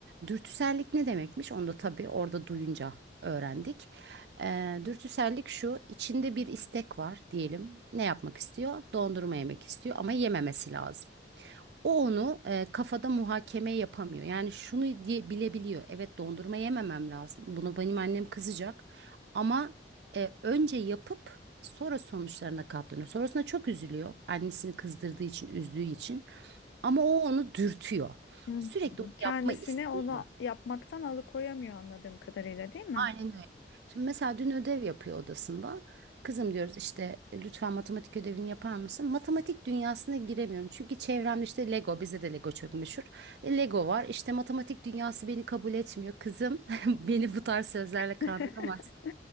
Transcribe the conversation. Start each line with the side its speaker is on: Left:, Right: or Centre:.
Right: Dürtüsellik ne demekmiş? Onu da tabii orada duyunca öğrendik. Ee, dürtüsellik şu, içinde bir istek var diyelim. Ne yapmak istiyor? Dondurma yemek istiyor ama yememesi lazım. O onu e, kafada muhakeme yapamıyor. Yani şunu diye bilebiliyor. Evet dondurma yememem lazım. Bunu benim annem kızacak. Ama e, önce yapıp sonra sonuçlarına katlanıyor. Sonrasında çok üzülüyor. Annesini kızdırdığı için, üzdüğü için. Ama o onu dürtüyor.
Left: Hı.
Right: Sürekli onu
Left: Kendisini
Right: yapma isteği
Left: onu
Right: var.
Left: yapmaktan alıkoyamıyor anladığım kadarıyla, değil mi?
Right: Aynen öyle. Şimdi mesela dün ödev yapıyor odasında. Kızım diyoruz işte e, lütfen matematik ödevini yapar mısın? Matematik dünyasına giremiyorum. Çünkü çevremde işte Lego, bize de Lego çok meşhur. E, Lego var. İşte matematik dünyası beni kabul etmiyor. Kızım <laughs> beni bu tarz sözlerle
Left: <laughs>
Right: kandıramazsın.